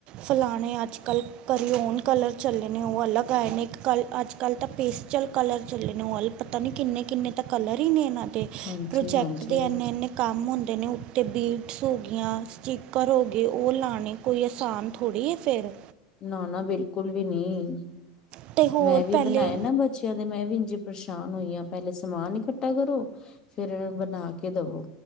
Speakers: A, on the right; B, on the left.
A: ਫਲਾਣੇ ਅੱਜ ਕੱਲ੍ਹ ਕਰਿਓਨ ਕਲਰ ਚੱਲੇ ਨੇ ਉਹ ਅਲੱਗ ਆਏ ਨੇ, ਇੱਕ ਕੱਲ੍ਹ ਅੱਜ ਕੱਲ੍ਹ ਤਾਂ ਪੇਸਚਲ ਕਲਰ ਚੱਲੇ ਨੇ ਉਹ ਅਲਗ ਪਤਾ ਨਹੀਂ ਕਿੰਨੇ ਕਿੰਨੇ ਤਾਂ ਕਲਰ ਹੀ ਨੇ ਇਹਨਾਂ ਦੇ,
B: ਹਾਂਜੀ
A: ਪ੍ਰੋਜੈਕਟ
B: ਹਾਂਜੀ
A: ਦੇ ਇੰਨੇ ਇੰਨੇ ਕੰਮ ਹੁੰਦੇ ਨੇ, ਉੱਤੇ ਬੀਡਸ ਹੋ ਗਈਆਂ, ਸਟੀਕਰ ਹੋ ਗਏ ਉਹ ਲਾਣੇ ਕੋਈ ਅਸਾਨ ਥੋੜ੍ਹੀ ਐ ਫੇਰ।
B: ਨਾ ਨਾ ਬਿਲਕੁਲ ਵੀ ਨਹੀਂ,
A: ਅਤੇ ਹੋਰ
B: ਮੈਂ ਵੀ
A: ਪਹਿਲੇ
B: ਬਣਾਏ ਨਾ ਬ ਚਿਆਂ ਦੇ ਮੈਂ ਵੀ ਇੰਝੇ ਪਰੇਸ਼ਾਨ ਹੋਈ ਹਾਂ ਪਹਿਲੇ ਸਮਾਨ ਹੀ ਇਕੱਠਾ ਕਰੋ ਫੇਰ ਇਹਨਾਂ ਨੂੰ ਬਣਾ ਕੇ ਦਵੋ,